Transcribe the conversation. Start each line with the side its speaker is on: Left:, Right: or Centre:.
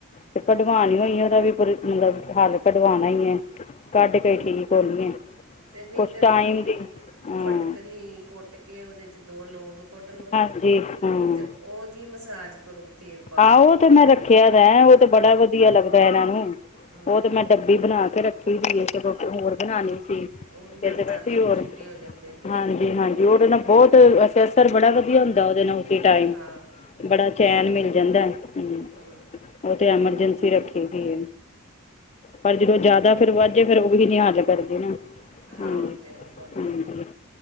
Left: ਤੇ ਕਢਵਾਾਨ
Right: ਉਹ ਹੈ
Left: ਹੋਈ ਉਹਦਾ ਵੀ ਮਤਲਬ ਹੱਲ ਕਢਵਾਉਣਾ ਈ ਹੈ ਕੱਢ ਕੇਈ ਠੀਕ ਹੋਣੀ ਹੈ
Right: ਤੇ ਨਹੀਂ
Left: ਕੁਛ
Right: ਤਾਂ
Left: ਟਾਈਮ
Right: ਥੋੜ੍ਹੀ
Left: ਦੀ ਹਾਂ
Right: ਫਟਕਰੀ ਕੁੱਟ ਕੇ ਉਹਦੇ 'ਚ ਦੋ ਲੌਂਗ ਕੁੱਟ ਲਓ ਨਾ
Left: ਹਾਂਜੀ ਹਾਂ
Right: ਤੇ ਉਹਦੀ ਮਸਾਜ ਕਰੋ ਤੇਲ ਪਾ
Left: ਆਹੋ
Right: ਕੇ ਇੱਕ
Left: ਉਹ
Right: ਬੂੰਦ
Left: ਤੇ ਮੈਂ ਰੱਖਿਆ ਵ ਉਹ ਤੇ ਬੜਾ ਵਧੀਆ ਲੱਗਦਾ ਇਹਨਾਂ ਨੂੰ
Right: ਹੂੰ
Left: ਉਹ ਤੇ ਮੈਂ ਬਣਾ ਕੇ ਰੱਖੀ ਹੋਈਏ ਹੋਰ ਬਣਾਉਣੀ ਸੀ ਫ
Right: ਉਹਦੇ ਨਾਲ
Left: ਤੇ
Right: ਦੰਦ
Left: ਵੈਸੇ
Right: ਵੀ
Left: ਹੋਰ
Right: ਚਿੱਟੇ ਹੋ ਜਾਂਦੇ ਆ
Left: ਹਾਂਜੀ ਹਾਂਜੀ ਹੋਰ ਨਾ ਬਹੁਤ ਅਸ ਬੜਾ ਵਧੀਆ ਹੁੰਦਾ ਉਹਦੇ ਨਾਲ ਟਮ
Right: ਹਾਂ
Left: ਬੜਾ ਚੈਨ ਮਿਲਦਾ ਜਾਂਦਾ ਹੂੰ
Right: ਹੂੰ
Left: ਉਹ ਤੇ ਐਮਰਜੈਂਸੀ ਰੱਖੀ ਸੀ ਪਰ ਜਦੋਂ ਜ਼ਿਆਦਾ ਫੇਰ ਵੱਧਜੇ ਫੇਰ ਉਹੀ ਨੀ ਹੱਲ ਕਰਦੇ ਨਾ ਹ
Right: ਹਾਂ ਹੁੰਦੇ ਆ ਦੰਦ
Left: ਹਾਂਜੀ